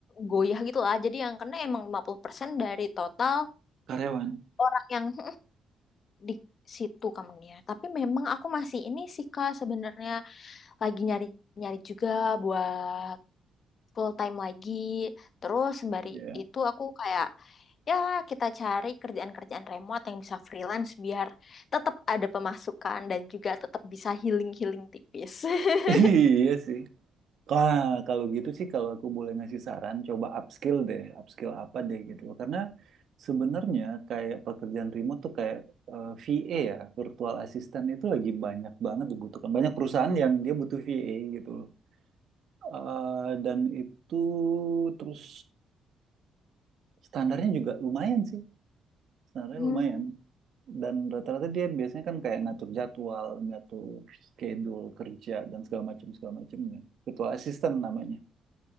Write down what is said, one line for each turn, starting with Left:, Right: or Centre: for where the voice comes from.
Left: goyah gitu lah. Jadi yang kena emang 50% dari total
Right: karyawan.
Left: orang yang <laughs> di situ company Tapi memang aku masih ini sih Kak sebenarnya lagi nyari-nyari juga buat full time lagi. Terus sembari
Right: Ya,
Left: itu aku kayak ya kita cari kerjaan-kerjaan remote yang bisa freelance biar tetap ada pemasukan dan juga tetap bisa healing-healing tipis.
Right: <laughs>
Left: <laughs>
Right: iya sih. Ah, kalau gitu sih kalau aku boleh ngasih saran, coba upskill deh, upskill apa deh gitu loh. Karena sebenarnya kayak pekerjaan remote tuh kayak eh, VA ya, virtual assistant itu lagi banyak banget dibutuhkan. Banyak perusahaan yang dia butuh VA gitu loh. Eh, dan itu terus standarnya juga lumayan sih, standarnya
Left: Hmm,
Right: lumayan. Dan rata-rata dia biasanya kan kayak ngatur jadwal, ngatur schedule kerja dan segala macam segala macamnya. Virtual assistant namanya.